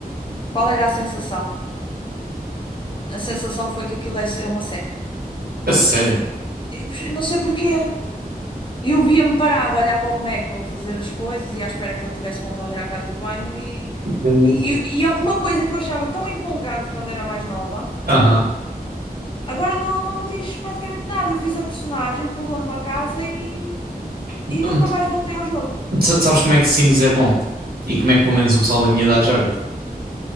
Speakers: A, on the left; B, on the right.
A: Qual era a sensação? A sensação foi que aquilo é, é uma seca.
B: A sério.
A: E, pois, eu não sei porquê. E eu via-me parado a olhar para o boneco, a fazer as coisas e à espera que ele tivesse vontade de ir à casa de banho. E,
B: Eu-
A: e, e é uma coisa que eu achava tão empolgante quando era mais nova,
B: Aham.
A: agora não, não me diz praticamente nada. Eu fiz a personagem, pulou numa casa e, e
B: Então,
A: nunca
B: tu-
A: mais voltei ao jogo.
B: tu Sabes como é que Sims é bom? E como é
A: Hum.
B: que pelo menos o pessoal da minha idade joga?